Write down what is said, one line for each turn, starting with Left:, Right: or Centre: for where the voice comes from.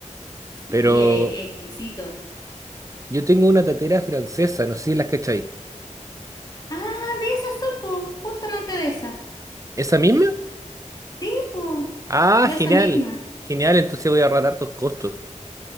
Left: Sí,
Right: Pero.
Left: es exquisito.
Right: Yo tengo una tatera francesa, no sé si las cachai.
Left: Ah, de esas son, po, justamente de esas.
Right: ¿Esa misma?
Left: Sí, po,
Right: Ah,
Left: de
Right: genial.
Left: esa misma.
Right: Genial, entonces voy a ahorrar hartos costos.